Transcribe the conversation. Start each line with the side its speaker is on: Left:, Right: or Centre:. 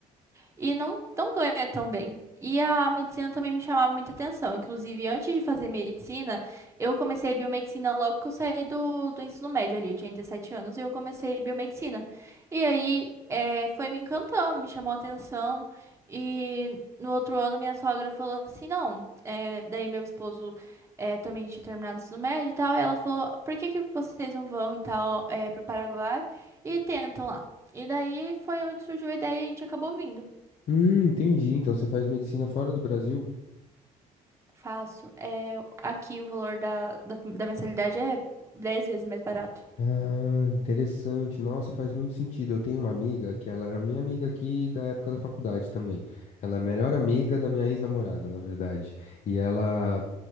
Right: e não, não ganha tão bem. E a medicina também me chamava muita atenção. Inclusive, antes de fazer medicina, eu comecei biomedicina logo que eu saí do, do ensino médio ali. Eu tinha 17 anos e eu comecei biomedicina. E aí, é, foi me encantando, me chamou a atenção. E no outro ano, minha sogra falou assim: não, é, daí meu esposo. é, também tinha terminado o ensino médio e tal, e ela falou, por que que vocês não vão e tal, é, pro Paraguai e tentam lá? E daí foi onde surgiu a ideia e a gente acabou vindo.
Left: Hum, entendi. Então você faz medicina fora do Brasil?
Right: Faço. É, aqui o valor da, da, da mensalidade é 10 vezes mais barato.
Left: Ah, interessante. Nossa, faz muito sentido. Eu tenho uma amiga que ela era minha amiga aqui da época da faculdade também. Ela é a melhor amiga da minha ex-namorada, na verdade. E ela,